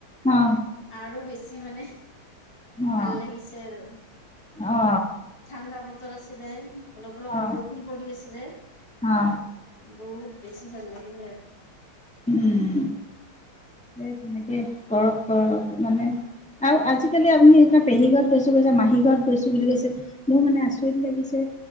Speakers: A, in the centre; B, on the left.
A: অ
B: আৰু বেছি আজি মানে
A: অ
B: ভাল লাগিছে আৰু
A: অ
B: ঠাণ্ডা বত আছিলে অলপ
A: অ
B: বৰষুণ পৰি আছিলে,
A: অ
B: বহুত বেছি ভাল লাগিলে
A: উম সেই তেনেকেই, কৰক কৰক মানে আৰু আজিকালি আপুনি এতিয়া পেহী ঘৰত গৈছো কৈছে মাহী ঘৰত গৈছো বুলি কৈছে মোৰ মানে আচৰিত লাগিছে